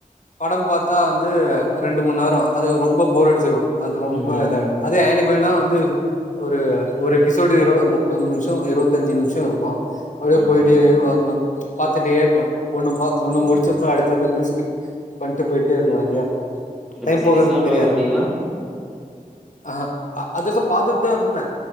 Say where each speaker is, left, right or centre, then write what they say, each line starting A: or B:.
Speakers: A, on the left; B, in the centre.
A: படம் பாத்தா வந்து ரெண்டு மூண் நேரோ அதுல் ரொம்ப போர் அடிச்சிரு அது ரொம்ப
B: ம்
A: இதாய்டு அதே ஆனிமேனா வந்து ஒரு ஒரு எபிசோடு இரு முப்பது நிமிஷோ இருவத்தஞ்சு நிமிஷோ இருக்கு அதுவே
B: ம்
A: போய்ட்டே <unintelligible> பாத்துட்டு இர்க்கலா ஒன்னு பா ஒன்னு
B: ம்
A: முடிச்சப்பின்ன அடுத்தத் அப்டியே ஸ்கிப் பண்ட்டு போய்ட் டே இருக்கலா இல்லியா
B: வெப்
A: டைம்
B: சீரிஸ்லா
A: போகற்து தெரியாது
B: பாக்க மாட்டீங்களா
A: ஆ ஆ அ அதுக்க பாத்துட் தா இர்ந்தே